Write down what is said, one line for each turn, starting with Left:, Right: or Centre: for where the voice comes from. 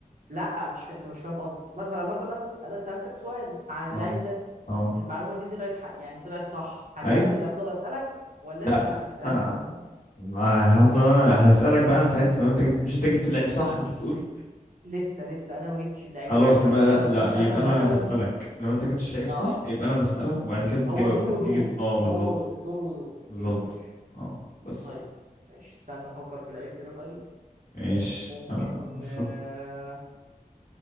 Right: لا مش انت مش فاهم قصدي مثلا مثلا انا سالتك سؤال عن اللعيب
Left: اه
Right: ده
Left: اه
Right: المعلومه دي طلعت حق يعني طلعت صح هكمل
Left: ايوه
Right: افضل اسالك ولا
Left: لا
Right: انت هتسالني
Left: انا ما هفضل انا هسألك بقى انا ساعتها لو انت جبت مش انت جبت اللعيب صح انت بتقول
Right: لسه لسه انا ما جبتش اللعيب
Left: خلاص
Right: لسه
Left: يبقى
Right: انا دلوقتي
Left: لا لا يبقى
Right: مثلا
Left: انا
Right: مثلا
Left: بسألك
Right: س-
Left: لو انت جبتش لعيب
Right: اه
Left: صح يبقى انا بسألك وبعد كده بتجاوب
Right: هو دور
Left: بتيجي
Right: ودور
Left: اه بالظبط
Right: يعني هو دور ودور
Left: بالظبط
Right: اوكي ماشي
Left: اه بس
Right: طيب ماشي استنى افكر في لعيب كده طيب
Left: ماشي
Right: ممكن
Left: آه. فك-
Right: آه...